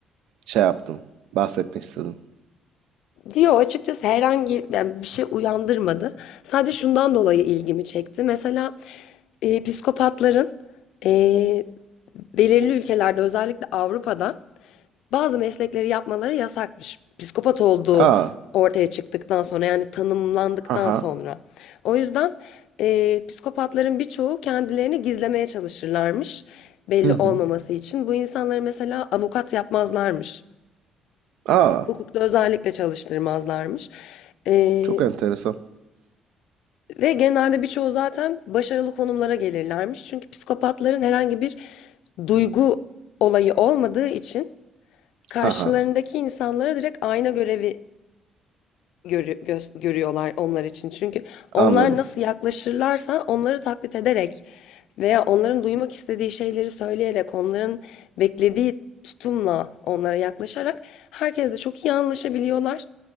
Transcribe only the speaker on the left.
Diyor açıkçası herhangi yani bir şey uyandırmadı. Sadece şundan dolayı ilgimi çekti. Mesela e, psikopatların e, belirli ülkelerde özellikle Avrupa'da bazı meslekleri yapmaları yasakmış. Psikopat olduğu
ortaya çıktıktan sonra yani tanımlandıktan
sonra. O yüzden e, psikopatların birçoğu kendilerini gizlemeye çalışırlarmış belli
olmaması için. Bu insanları mesela avukat yapmazlarmış.
Hukukta özellikle çalıştırmazlarmış. E,
ve genelde birçoğu zaten başarılı konumlara gelirlermiş. Çünkü psikopatların herhangi bir duygu olayı olmadığı için karşılarındaki
insanlara direkt ayna görevi görü- göz- görüyorlar onlar için. Çünkü onlar
nasıl yaklaşırlarsa onları taklit ederek veya onların duymak istediği şeyleri söyleyerek, onların beklediği tutumla onlara yaklaşarak herkesle çok iyi anlaşabiliyorlar.